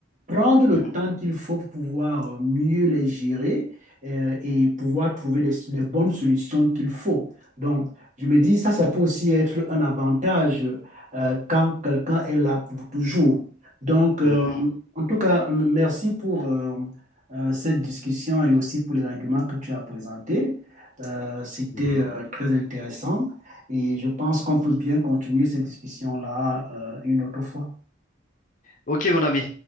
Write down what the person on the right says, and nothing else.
prendre le
temps qu'il faut pour pouvoir euh, mieux les gérer euh, et pouvoir trouver les, les bonnes solutions qu'il faut. Donc, je me dis, ça, ça peut aussi être un avantage euh, quand quelqu'un est là pour toujours. Donc, euh,
en tout cas, m- merci pour, euh, euh, cette discussion et aussi pour les arguments que tu as présentés. Euh, c'était
euh, très intéressant et je pense qu'on peut bien continuer cette discussion-là euh, une autre fois.